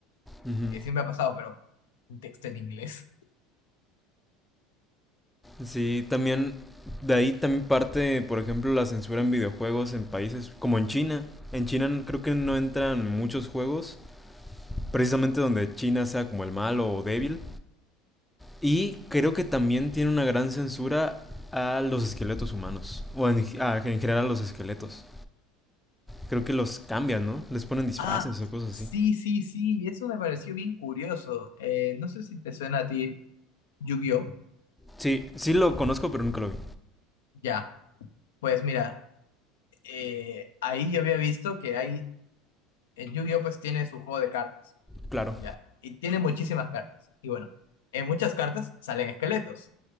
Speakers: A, in the centre; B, on the left (about 85°).
A: Uh -huh.
B: que siempre ha pasado, pero un texto en inglés.
A: Sí, también de ahí también parte, por ejemplo, la censura en videojuegos en países como en China. En China creo que no entran muchos juegos, precisamente donde China sea como el malo o débil. Y creo que también tiene una gran censura a los esqueletos humanos, o en, a, en general a los esqueletos. Creo que los cambian, ¿no? Les ponen disfraces
B: Ah,
A: o cosas
B: sí,
A: así.
B: sí, sí, eso me pareció bien curioso. Eh, no sé si te suena a ti Yu-Gi-Oh!
A: Sí, sí lo conozco, pero nunca lo vi.
B: Ya, pues mira, eh, ahí yo había visto que hay, el Yu-Gi-Oh! pues tiene su juego de cartas,
A: Claro.
B: ya, y tiene muchísimas cartas. Y bueno, en muchas cartas salen esqueletos.